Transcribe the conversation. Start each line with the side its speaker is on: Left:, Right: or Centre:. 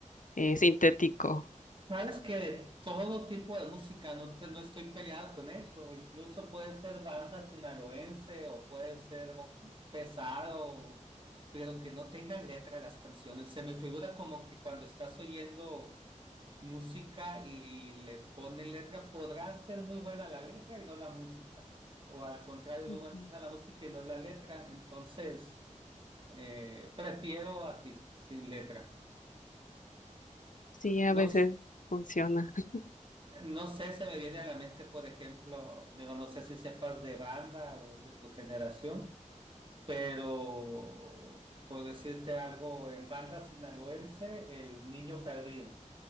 Left: eh, sintético?
Right: Sabes que de todo tipo de música no, te- no estoy peleado con eso, incluso puede ser banda sinaloense o puede ser algo pesado, pero que no tengan letra las canciones. Se me figura como que cuando estás oyendo música y le ponen letra, podrá ser muy buena la letra y no la música, o al contrario,
Left: Ujú.
Right: muy buena la música y no la letra. Entonces, eh, prefiero así, sin letra.
Left: Sí, a
Right: No,
Left: veces funciona. <laughs>
Right: No sé, se me viene a la mente, por ejemplo, digo, no sé si sepas de banda o es de tu generación, pero por decirte algo, en banda sinaloense, El Niño Perdido.